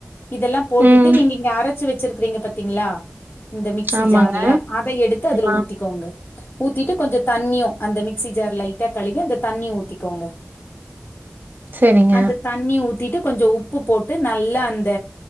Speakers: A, on the left (about 50°); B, on the right (about 45°).
A: இதெல்லா போட்டுட்டு
B: ம்.
A: நீங்க இங்க அரைச்சு வச்சிருக்கறீங்க பாத்தீங்ளா இந்த மிக்சி
B: ஆமாங்க.
A: ஜார்ல அத எடுத்து அதுல
B: ஆ
A: ஊத்திக்கோங்க ஊத்திட்டு கொஞ்ச தண்ணியு அந்த மிக்சி ஜார் லைட்டா கழுவி அந்த தண்ணியு ஊத்திக்கோங்க
B: சரிங்க.
A: அந்த தண்ணியு ஊத்திட்டு கொஞ்ச உப்பு போட்டு நல்லா அந்த